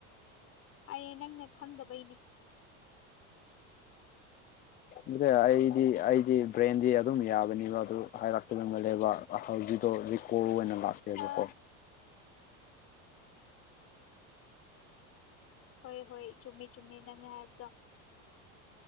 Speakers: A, on the left; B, on the left.
A: ꯍꯥꯏꯌꯦ ꯅꯪꯅ ꯈꯪꯗꯕꯩꯅꯦ
B: ꯑꯗꯨ ꯑꯩꯗꯤ ꯑꯩꯗꯤ ꯕ꯭ꯔꯦꯟꯗꯤ ꯑꯗꯨꯝ ꯌꯥꯕꯅꯦꯕ ꯑꯗꯨ ꯍꯥꯏꯔꯛꯀꯗ ꯃꯜꯂꯦꯕ ꯑꯍꯜꯒꯤꯗꯣ ꯍꯧꯖꯤꯛ ꯀꯣꯜ ꯑꯣꯏꯅ ꯂꯥꯛꯇꯦꯕꯀꯣ
A: ꯑꯥ ꯍꯣꯏ ꯍꯣꯏ ꯆꯨꯝꯃꯤ ꯆꯨꯝꯃꯤ ꯅꯪꯅ ꯍꯥꯏꯕꯗꯣ